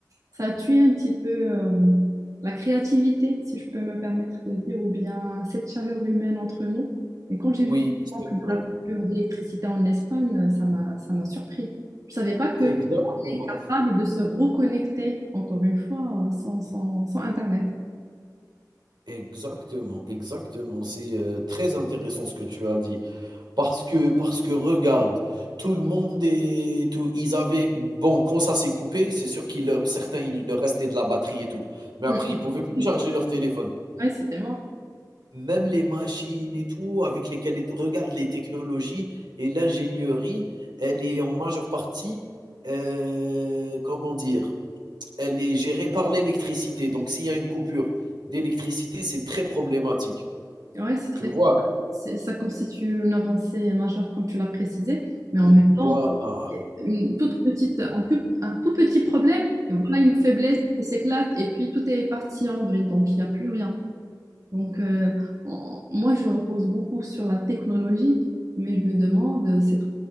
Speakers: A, on the right; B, on the right.
A: ça tue un petit peu euh, la créativité, si je peux me permettre de dire, ou bien cette chaleur humaine entre nous. Mais quand j'ai
B: Oui,
A: vu le
B: c'est
A: manque de
B: vrai,
A: la coupure d'électricité en Espagne, ça m'a, ça m'a surpris. Je savais pas qu'on
B: exactement.
A: est capable de se reconnecter, encore une fois, sans, sans, sans Internet.
B: Exactement, exactement. C'est euh, très intéressant ce que tu as dit. Parce que, parce que regarde, tout le monde est, tout- ils avaient, bon, quand ça s'est coupé, c'est sûr qu'il leur, certains, il leur restait de la batterie et tout. Mais
A: Mm.
B: après, ils pouvaient plus charger leur téléphone.
A: Ouais, c'était mort.
B: Même les machines et tout, avec lesquelles, est- regarde les technologies et l'ingénierie, elle est en majeure partie, euh, comment dire, elle est gérée par l'électricité. Donc, s'il y a une coupure d'électricité, c'est très problématique.
A: Ouais, c'est très...
B: Tu vois?
A: c'est- ça constitue une avancée majeure, comme tu l'as précisé, mais en
B: Oui,
A: même
B: voilà,
A: temps, c'est une toute petite, un tout, un tout petit problème, et voilà une faiblesse qui s'éclate, et puis tout est parti en vrille, donc il n'y a plus rien. Donc, euh, en- moi, je repose beaucoup sur la technologie, mais je me demande, euh, cette